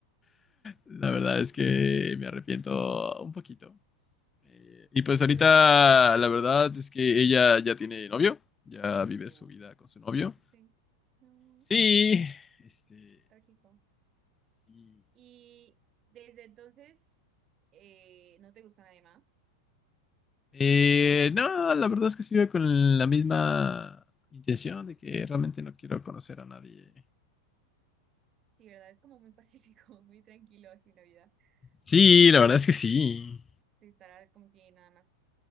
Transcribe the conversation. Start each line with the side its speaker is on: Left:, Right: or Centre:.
Left: La verdad
Right: Ok,
Left: es que me arrepiento un poquito. Eh, y pues
Right: Un
Left: ahorita
Right: poquito.
Left: la verdad es que ella ya tiene novio, ya vive
Right: Oh,
Left: su vida con su
Right: qué
Left: novio.
Right: triste. No,
Left: Sí, este...
Right: trágico.
Left: y,
Right: Y desde entonces, eh, ¿no te gustó nadie más?
Left: eh, no, la verdad es que sigo con la misma intención de que realmente no quiero conocer a nadie.
Right: Sí, ¿verdad? Es como muy pacífico, <laughs> muy tranquilo así la vida.
Left: Sí,
Right: De,
Left: la verdad es que sí.
Right: de estar como que nada más